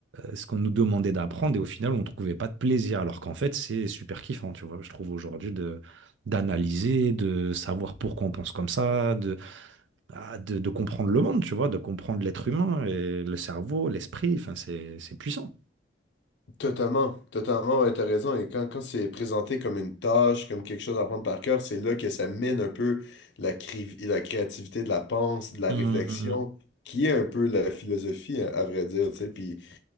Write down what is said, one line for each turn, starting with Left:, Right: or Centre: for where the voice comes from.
Right: ce qu'on nous demandait d'apprendre et au final, on ne trouvait pas de plaisir. Alors qu'en fait, c'est super kiffant, tu vois, je trouve aujourd'hui de d'analyser, de savoir pourquoi on pense comme ça, de, ah, de, de comprendre le monde, tu vois, de comprendre l'être humain et le cerveau, l'esprit, enfin, c'est, c'est puissant.
Left: Totalement, totalement, ouais, t'as raison. Et quand, quand c'est présenté comme une tâche, comme quelque chose à prendre par cœur, c'est là que ça mène un peu la, cri- la créativité de la pensée, de la
Right: Hum,
Left: réflexion,
Right: hum, hum.
Left: qui est un peu la philosophie, à, à vrai dire, tu sais. Puis